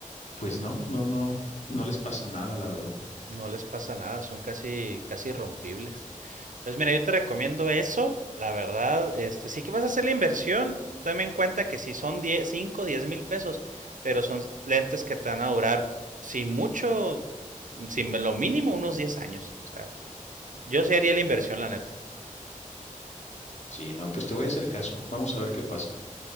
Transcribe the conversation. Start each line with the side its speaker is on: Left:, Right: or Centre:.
Left: pues no, no, no, no les pasa nada, la verdad.
Right: no les pasa nada, son casi, casi irrompibles. Pues mira, yo te recomiendo eso, la verdad, este, sí que vas a hacer la inversión, tome en cuenta que si son 10, 5, diez mil pesos, pero son lentes que te van a durar, sin mucho, sin lo mínimo, unos 10 años. O sea, yo sí haría la inversión, la neta.
Left: Sí, no, pues te voy a hacer caso. Vamos a ver qué pasa.